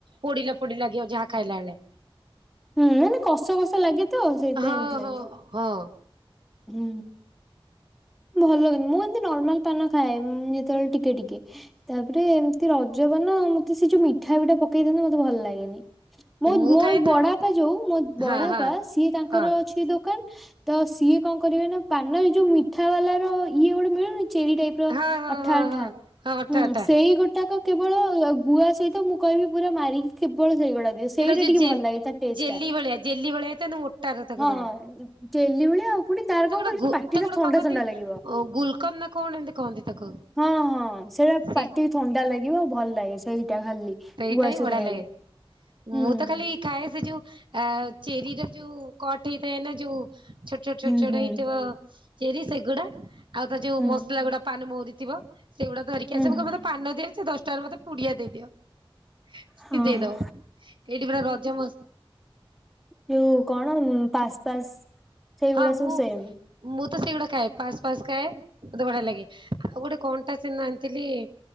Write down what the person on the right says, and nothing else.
ପୋଡିଲା ପୋଡିଲା ଲାଗିବ ଯାହା ଖାଇଲା ବଳେ।
ହଁ
ହଁ ହଁ।
ମୁଁ
ଖାଲି
ତା
ହଁ ହଁ
ହଁ
ହଁ ହଁ
ହଁ
ହଁ ହଁ ଅଠା
ଅଠା
ଯୋଉ
ଜେ
ଜେଲି
ଭଳିଆ ଜେଲି ଭଳିଆ ହେଇଥାନ୍ତା ମୋଟାର ତାକୁ
ଦବ।
ତାକୁ
ଗୋଟେ ଗୁ
ତାକୁ ଗୋଟେ
କଣ କହନ୍ତି
ଓ ଗୁଲକନ୍ଦ ନା କଣ ଏମିତି କହନ୍ତି ତାକୁ
ସେ
ସେଇଟା
ହି
ବଢିଆ
ଲାଗେ
ମୁଁ ତ ଖାଲି। ଖାଏ ସେ ଯୋଉ ଆ ଚେରିର ଯୋଉ କଟ ହେଇଥାଏ ନା ଯୋଉ ଛୋ ଛ ଛୋଟ ଛୋଟ
ଛୋଟ
ହେଇଥିବ ଚେରି ସେଗୁଡା ଆଉ ତା ଯୋଉ
ମସଲା ଗୁଡା ପାନମହୁରି ଥିବ। ସେଗୁଡା ଧରିକି
ଆସେ।
ମୁଁ କହେ ମୋତେ ପାନ ଦିଅନି ସେ ଦଶଟଙ୍କାର ମତେ ପୁଡିଆ ଦେଇଦିଅ। <unintelligible> ସେ
ଦେଇଦବ।
ଏଇଠି ପରା ରଜ ମସ୍
ହଁ ମୁଁ
ମୁଁ ତ ସେଇଗୁଡା ଖାଏ। ପାସ୍ ପାସ୍ ଖାଏ। ମୋତେ ବଢିଆ ଲାଗେ ଆଉ ଗୋଟେ କଣଟା ସେନ ଆଣିଥିଲି?